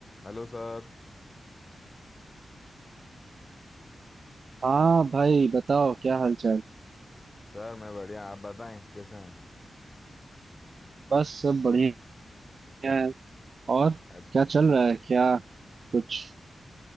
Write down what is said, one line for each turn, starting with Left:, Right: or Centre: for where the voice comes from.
Left: Hello sir
Right: हाँ भाई बताओ क्या हालचाल
Left: Sir मैं बढ़िया आप बताएं कैसे हैं
Right: बस सब बढ़िया है और
Left: अ-
Right: क्या चल रहा है क्या कुछ